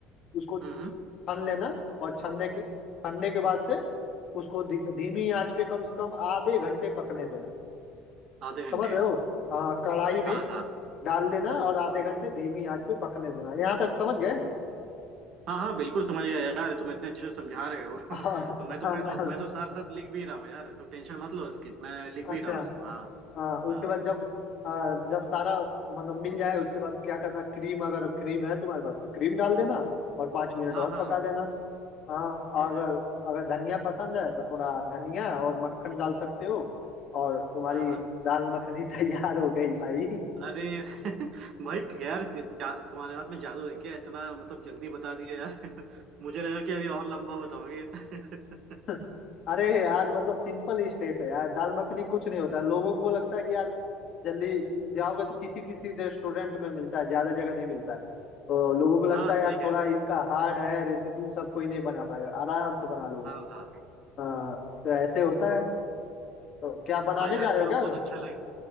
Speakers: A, on the left; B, on the right.
A: उसको
B: हम्म हम्म,
A: छन लेना और छनने के छनने के बाद से उसको धी, धीमी आंच पे कम से कम आधे घंटे पकने देना
B: आधे घंटे
A: समझ रहे हो हाँ कढ़ाई में
B: हाँ हाँ
A: डाल देना
B: हम्म
A: और आधे घंटे धीमी आंच पे पकने देना यहाँ तक समझ गए
B: हाँ हाँ बिल्कुल समझ गया यार तुम इतने अच्छे से समझा रहे हो <laughs>
A: <laughs> और-
B: तो मैं
A: हम-
B: तो मैं तो मैं तो साथ साथ लिख भी रहा हूँ यार तुम टेंशन मत लो उसकी मैं लिख
A: अच्छा
B: भी रहा हूँ उसको हाँ
A: हाँ उसके
B: हाँ
A: बाद जब आ, जब सारा मतलब मिल जाए उसके बाद क्या करना क्रीम अगर क्रीम है तुम्हारे पास तो क्रीम डाल देना और पाँच मिनट
B: हाँ
A: और
B: हाँ
A: पका देना हाँ
B: ठीक
A: अगर
B: है
A: अगर धनिया पसंद है तो थोड़ा धनिया और मक्खन डाल सकते हो और तुम्हारी
B: हाँ हाँ
A: दाल मखनी <laughs> तैयार हो गई भाई
B: अरे <laughs> भाई यार जा, तुम्हारे हाथ में जादू है क्या इतना मतलब जल्दी बता दिए यार <laughs> मुझे लगा कि अभी और लंबा बताओगे <laughs>
A: <laughs> अरे यार मतलब सिंपल स्टेप है यार दाल मखनी कुछ नहीं होता है लोगों को लगता है कि यार जल्दी जाओगे तो किसी किसी रेस्टोरेंट में मिलता है ज्यादा जगह नहीं मिलता है तो लोगों को लगता
B: हाँ
A: है
B: सही
A: यार
B: कह
A: थोड़ा
B: रहे हो
A: इसका हार्ड है रेसिपी सब कोई नहीं बना पाएगा आराम से बना लोगे
B: हाँ हाँ
A: हाँ तो ऐसे होता है तो क्या बनाने
B: हाँ यार
A: जा रहे
B: चलो
A: हो क्या
B: बहुत अच्छा लगा